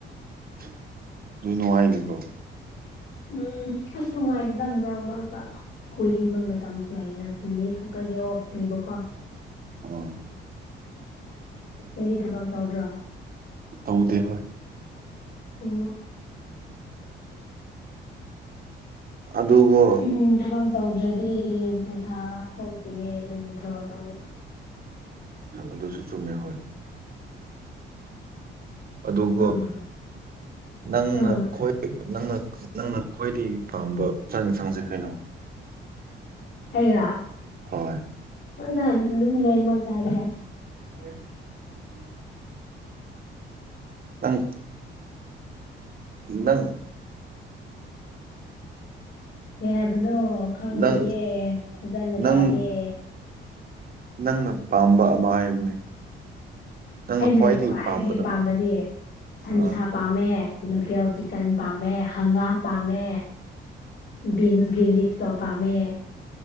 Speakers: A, on the right; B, on the left.
A: <unintelligible> ꯅꯨꯡꯉꯥꯏꯅꯤ ꯀꯣ
B: ꯎꯝ ꯑꯁ ꯅꯨꯡꯉꯥꯏꯗꯦꯗ ꯃꯔꯛ ꯃꯔꯛꯇ ꯀꯣꯏꯅꯤꯡꯕ ꯃꯇꯝꯁꯨ ꯂꯩꯅ ꯁꯟꯗꯦ ꯈꯛꯇꯒꯤ ꯑꯣꯐ ꯄꯤꯕꯀꯣ
A: ꯑꯣ
B: ꯅꯣꯏꯗꯤ ꯊꯕꯛ ꯇꯧꯗ꯭ꯔꯣ
A: ꯇꯧꯗꯦ ꯍꯣꯏ
B: ꯑꯣ
A: ꯑꯗꯨꯒꯣ
B: ꯎꯝ ꯊꯕꯛ ꯇꯧꯗ꯭ꯔꯗꯤ ꯄꯩꯁꯥ ꯊꯣꯛꯇꯤꯌꯦ ꯑꯗꯨꯒꯤ ꯊꯕꯛ ꯇꯧꯔꯤꯕ
A: ꯑꯗꯨꯁꯨ ꯆꯨꯝꯃꯦ ꯍꯣꯏ ꯑꯗꯨꯒꯣ
B: ꯑꯥ
A: ꯅꯪꯅ
B: ꯑꯥ
A: ꯈ꯭ꯋꯥꯏ ꯅꯪꯅ ꯅꯪꯅ ꯈ꯭ꯋꯥꯏꯗꯒꯤ ꯄꯥꯝꯕ ꯆꯥꯛ ꯏꯟꯁꯥꯡꯁꯦ ꯀꯩꯅꯣ
B: ꯑꯩꯔꯣ
A: ꯍꯣꯏ
B: <unintelligible> ꯑꯗꯨꯝ ꯂꯣꯏꯅꯃꯛ ꯆꯥꯕ ꯌꯥꯏ
A: <inaudible> ꯅꯪ ꯅꯪ
B: ꯀꯩ ꯍꯥꯏꯕꯅꯣ ꯈꯪꯗꯤꯌꯦ
A: ꯅꯪ
B: ꯐꯖꯅ
A: ꯅꯪ
B: ꯇꯥꯗꯦ
A: ꯅꯪꯅ ꯄꯥꯝꯕ ꯑꯃ ꯍꯥꯏꯕꯅꯦ ꯅꯪꯅ
B: ꯑꯩꯅ ꯈ꯭ꯋꯥꯏꯗꯒꯤ
A: ꯄꯥꯝꯕꯗꯣ
B: ꯄꯥꯝꯕꯗꯤ ꯁꯟꯁꯥ
A: ꯑꯥ
B: ꯄꯥꯝꯃꯦ ꯂꯣꯀꯦꯜ ꯆꯤꯛꯀꯟ ꯄꯥꯝꯃꯦ ꯍꯪꯒꯥꯝ ꯄꯥꯝꯃꯦ ꯕꯤꯟꯁ ꯒꯤ ꯂꯤꯐ ꯇꯣ ꯄꯥꯝꯃꯦ